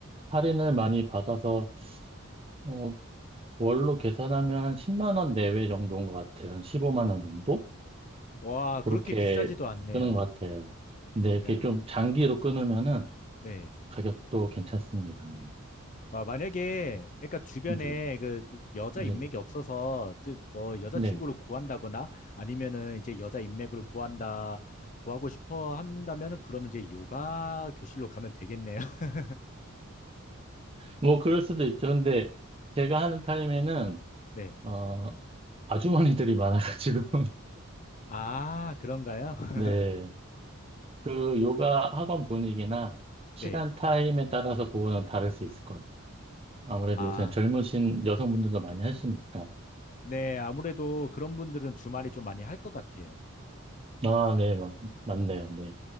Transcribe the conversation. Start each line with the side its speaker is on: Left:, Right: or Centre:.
Right: 할인을 많이 받아서 어, 월로 계산하면 한 10만 원 내외 정도인 것 같아요. 한 15만 원 정도?
Left: 와, 그렇게
Right: 그렇게
Left: 비싸지도 않네요.
Right: 끄는 것 같아요. 근데 이렇게
Left: 야,
Right: 좀 장기로 끊으면은
Left: 네.
Right: 가격도 괜찮습니다. 네.
Left: 아, 만약에 그러니까 주변에
Right: 네.
Left: 그 여자
Right: 네.
Left: 인맥이 없어서 그 뭐 여자친구를
Right: 네.
Left: 구한다거나 아니면은 이제 여자 인맥을 구한다 구하고 싶어 한다면은 그러면 이제 요가 교실로 가면 되겠네요. <laughs>
Right: 뭐 그럴 수도 있죠. 근데 제가 하는 타임에는
Left: 네.
Right: 어, 아주머니들이 많아가지고 <laughs>
Left: 아, 그런가요? <laughs>
Right: 네. 그 요가 학원 분위기나 시간
Left: 네.
Right: 타임에 따라서 그거는 다를 수 있을 것 같아요. 아무래도
Left: 아,
Right: 요새는 젊으신 여성분들도 많이 하시니까.
Left: 네. 아무래도 그런 분들은 주말에 좀 많이 할 것 같아요.
Right: 아, 네, 맞, 맞네요. 네.